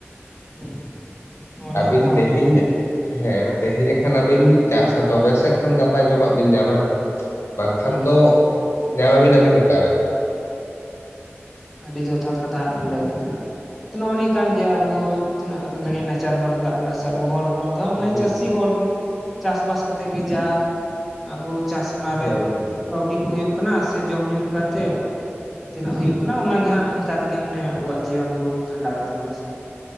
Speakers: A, in the centre; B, on the left (about 75°).
A: ᱦᱩᱸ ᱱᱚᱜᱼᱚ ᱱᱤᱭᱟᱹ
B: ᱟᱹᱵᱤᱱ
A: ᱦᱚᱸ ᱠᱟᱱ
B: ᱛᱮᱦᱮᱧ
A: ᱜᱮᱭᱟ
B: ᱦᱮᱸ, ᱛᱮᱦᱮᱧ ᱦᱟᱸᱜ ᱠᱷᱟᱱ ᱟᱹᱵᱤᱱ ᱵᱤᱱ ᱪᱟᱥᱟ ᱛᱚᱵᱮ ᱥᱮ ᱠᱷᱟᱱ ᱜᱟᱯᱟ ᱡᱚᱢᱟᱜ ᱵᱤᱱ ᱧᱟᱢᱟ ᱾ ᱵᱟᱝ ᱠᱷᱟᱱ
A: ᱦᱩᱸ ᱦᱩᱸ
B: ᱫᱚ
A: ᱦᱩᱸ
B: ᱱᱮᱣᱟᱵᱤᱱ ᱟᱵᱤᱱ ᱚᱠᱟ ᱨᱮ?
A: ᱟᱹᱰᱤ ᱡᱚᱛᱷᱟᱛ ᱠᱟᱛᱷᱟ ᱦᱟᱸᱜ ᱵᱮᱱ ᱞᱟᱹᱭ ᱠᱮᱫᱟ ᱦᱟᱸᱜ ᱾ ᱛᱚ ᱱᱚᱜᱼᱚ ᱱᱤᱭᱟᱹ ᱠᱟᱱ ᱜᱮᱭᱟ ᱟᱵᱚ ᱛᱤᱱᱟᱹᱜ ᱨᱮᱸᱜᱮᱡ ᱱᱟᱪᱟᱨ ᱦᱚᱲ ᱢᱮᱱᱟᱜ ᱵᱚᱱᱟ ᱥᱮ ᱟᱵᱚ ᱦᱚᱲ ᱠᱚᱱᱫᱚ
B: ᱦᱩᱸ
A: ᱢᱟᱱᱮ ᱪᱟᱹᱥᱤ ᱦᱚᱲ ᱜᱮ ᱪᱟᱥ ᱵᱟᱥ ᱠᱟᱛᱮᱜ ᱜᱮ ᱡᱟ ᱟᱵᱚ ᱪᱟᱥ ᱚᱱᱟ
B: ᱦᱮᱸ
A: ᱨᱮ
B: ᱦᱮᱸ
A: ᱠᱟᱹᱣᱰᱤ ᱠᱚ ᱦᱩᱭᱩᱜ ᱠᱟᱱᱟ ᱥᱮ ᱡᱚᱢ ᱧᱩ ᱞᱮᱠᱟ ᱛᱮ ᱛᱤᱱᱟᱹᱜ ᱦᱩᱭᱩᱜ ᱚᱱᱟ ᱜᱮ ᱦᱟᱸᱜ ᱚᱱᱠᱟ ᱛᱮᱜᱮ ᱢᱟᱱᱮ ᱟᱵᱚᱣᱟᱜ ᱡᱤᱭᱚᱱ ᱵᱚᱱ ᱠᱷᱟᱸᱰᱟᱣᱮᱫ ᱛᱟᱵᱚᱱᱟ ᱥᱮ ᱵᱟᱝ ᱾